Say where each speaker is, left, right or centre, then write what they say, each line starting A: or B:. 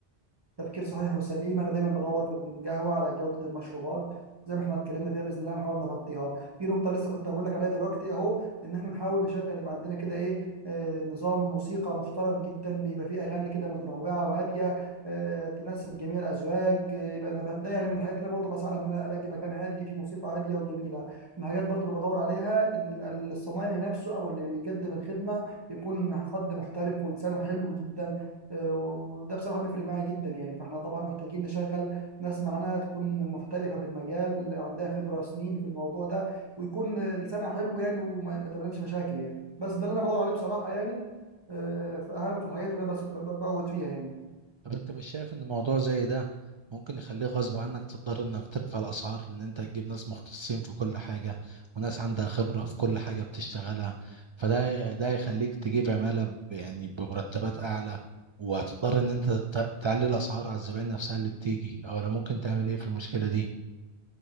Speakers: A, on the right (about 25°); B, on the right (about 50°).
A: تفكير صحيح وسليم انا دايما بدور في القهوه على جوده المشروبات زي ما احنا اتكلمنا فيها باذن الله هنحاول نغطيها في نقطه لسه كنت هقول لك عليها دلوقتي اهو ان احنا نحاول نشغل يبقى عندنا كده ايه آه، نظام موسيقى محترم جدا يبقى فيه اغاني كده متنوعه وهاديه آه، تناسب جميع الازواج آه، يبقى أنا ب- ده يعني من الحاجات اللي انا برضه بسعى لها ان انا الاقي مكان هادي فيه موسيقى هاديه وجميله من الحاجات برضه اللي بدور عليها ان يبقى الصنايعي نفسه او اللي بيقدم الخدمه يكون حد محترف ولسانه حلو جدا آه، وده بصراحة بيفرق معايا جدا يعني فاحنا طبعا محتاجين نشغل ناس معانا تكون محترفة في المجال عندها خبرة سنين في الموضوع ده ويكون آه، لسانها حلو يعني وما ما تقابلناش مشاكل يعني بس ده اللي انا بدور عليه بصراحة يعني آه، في اهم في الحاجات اللي انا بس ب- ب- بقعد فيها يعني
B: طب انت مش شايف ان موضوع زي ده ممكن يخليه غصب عنك تضطر انك ترفع الاسعار لان انت تجيب ناس مختصين في كل حاجة وناس عندها خبرة في كل حاجة بتشتغلها فده ده يخليك تجيب عمالة ب- يعني بمرتبات اعلى وهتضطر ان انت ت- تعلي الاسعار على الزبائن نفسها اللي بتيجي او لو ممكن تعمل ايه في المشكلة